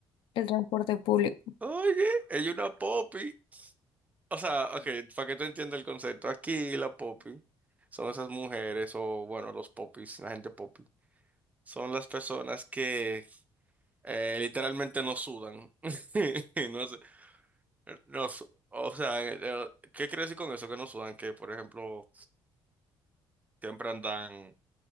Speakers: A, on the left (about 65°); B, on the right (about 15°).
A: el transporte público.
B: Oye, hay una popi. O sea, ok, para que tú entiendas el concepto, aquí la popi son esas mujeres o, bueno, los popis, la gente popi. Son las personas que eh, literalmente no sudan. <laughs> No sé, no, su- o sea, eh, ¿qué quiero decir con eso? Que no sudan, que por ejemplo... Siempre andan